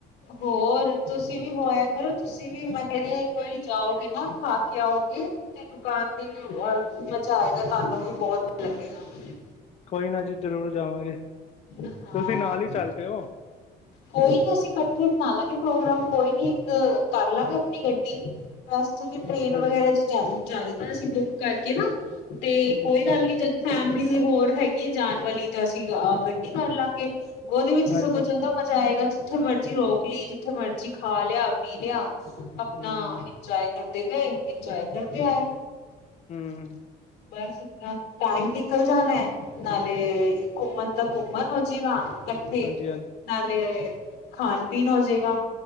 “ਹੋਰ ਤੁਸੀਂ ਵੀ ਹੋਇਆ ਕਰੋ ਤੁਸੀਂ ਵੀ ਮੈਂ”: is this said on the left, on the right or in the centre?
Left